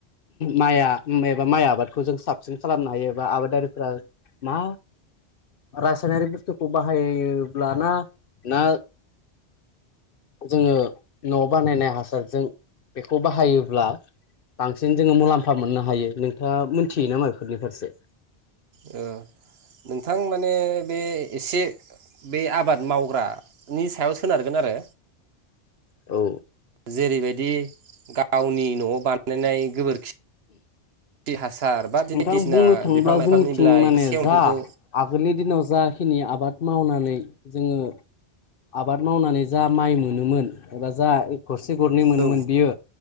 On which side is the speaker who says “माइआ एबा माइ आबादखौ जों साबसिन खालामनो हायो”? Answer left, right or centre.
Left